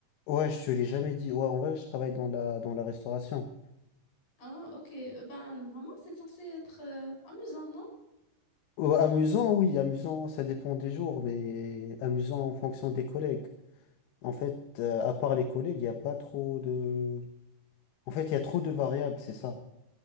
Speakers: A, on the left; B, on the left.
A: Ouais, je te l'ai jamais dit. Ouais, en vrai, je travaille dans la, dans la restauration.
B: Ah, ok. Euh, Ben, vraiment, c'est censé être euh, amusant, non?
A: Euh, amusant, oui, amusant, ça dépend des jours, mais amusant en fonction des collègues. En fait, euh, à part les collègues, il n'y a pas trop de. En fait, il y a trop de variables, c'est ça.